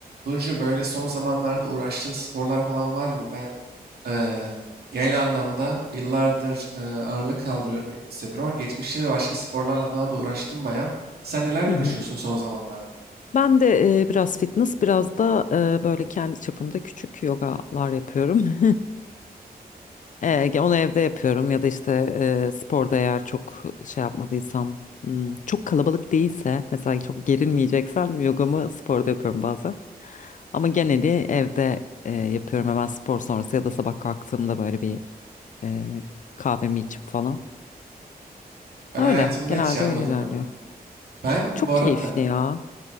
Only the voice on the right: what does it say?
Burcu böyle son zamanlarda uğraştığın sporlar falan var mı? Ben eee, genel anlamda yıllardır eee, ağırlık kaldırıyorum fitness yapıyorum ama geçmişte de başka sporlarla falan da uğraştım baya. Sen nelerle
uğraşıyorsun
son zamanlarda?
Ben
hayatımda
hiç yapmadım
yoga. Ben
bu arada